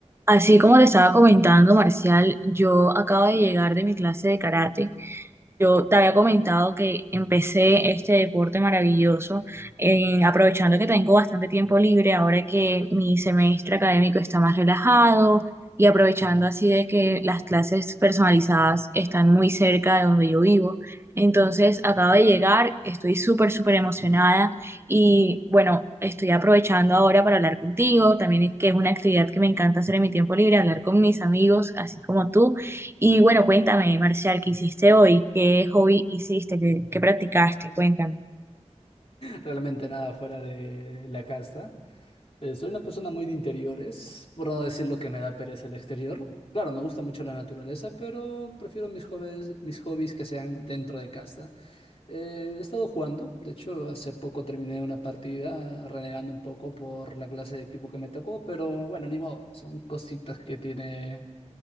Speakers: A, on the right; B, on the left.
A: Así como te estaba comentando, Marcial, yo acabo de llegar de mi clase de karate. Yo te había comentado que empecé este deporte maravilloso, eh, aprovechando que tengo bastante tiempo libre ahora que mi semestre académico está más relajado y aprovechando así de que las clases personalizadas están muy cerca de donde yo vivo. Entonces, acabo de llegar, estoy súper, súper emocionada y bueno, estoy aprovechando ahora para hablar contigo, también es que es una actividad que me encanta hacer en mi tiempo libre, hablar con mis amigos, así como tú. Y bueno, cuéntame, Marcial, ¿qué hiciste hoy? ¿Qué hobby hiciste? ¿Qué, qué practicaste? Cuéntame.
B: realmente nada fuera de la casa. Eh, soy una persona muy de interiores, por no decir lo que me da pereza el exterior. Claro, me gusta mucho la naturaleza, pero prefiero mis hobbies, mis hobbies que sean dentro de casa. Eh, he estado jugando, de hecho, hace poco terminé una partida renegando un poco por la clase de equipo que me tocó, pero bueno, ni modo, son cositas que tiene